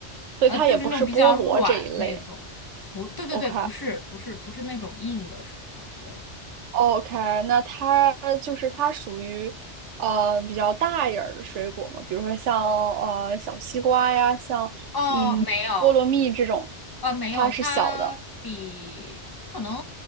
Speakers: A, on the right (about 80°); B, on the left (about 35°).
A: 所以它也不是菠萝这一类
B: 呃，就是那种比较软那种，不，对对对，
A: ，OK。
B: 不是，不是，不是那种硬的什么的，对，
A: OK，那它就是它属于呃比较大一点儿的水果嘛，比如说像呃小西瓜呀，像嗯菠萝蜜这种，
B: 哦，没有，呃，没有，
A: 它是小的，
B: 它比它可能，